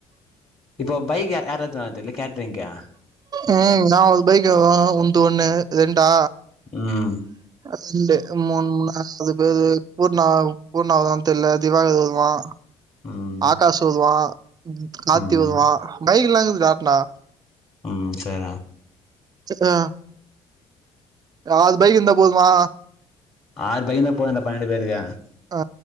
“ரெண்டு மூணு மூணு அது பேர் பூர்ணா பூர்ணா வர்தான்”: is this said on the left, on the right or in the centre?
Right